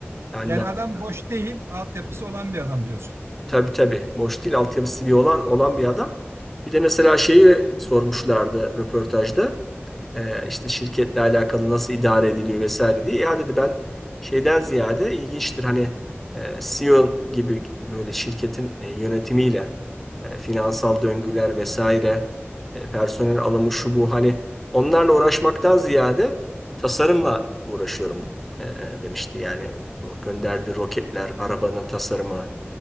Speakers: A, in the centre; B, on the right.
A: Yani
B: Yani adam boş değil, altyapısı olan bir adam diyorsun.
A: Tabii tabii. Boş değil. Altyapısı bir olan olan bir adam. Bir de mesela şeyi sormuşlardı röportajda. Ee, işte şirketle alakalı nasıl idare ediliyor vesaire diye. Ya dedi ben şeyden ziyade ilginçtir hani e, CEO gibi böyle şirketin e, yönetimiyle e, finansal döngüler vesaire e, personel alımı şu bu hani onlarla uğraşmaktan ziyade tasarımla uğraşıyorum e, demişti. Yani o gönderdiği roketler, arabanın tasarımı